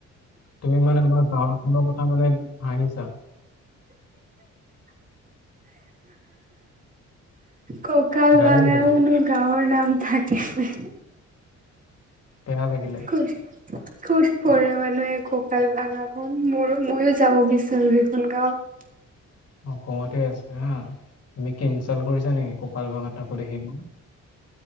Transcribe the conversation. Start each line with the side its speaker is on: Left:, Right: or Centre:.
Left: তুমি মানে আমাৰ গাঁৱত খনৰ কথা মানে হাঁহিছা।
Right: ককাল
Left: বেয়া
Right: ভঙাও
Left: লাগিলে
Right: ন গাঁওৰ নাম থাকে নে?
Left: বেয়া লাগিলে
Right: কোন। ক'ত পৰে মানে এই ককাল ভাঙাখন মোৰো ময়ো যাব বিচাৰো সেইখন গাঁৱত।
Left: অসমতে আছে হা তুমি কি ইনঞ্চাল কৰিছা নেকি কঁকাল ভঙা <unintelligible>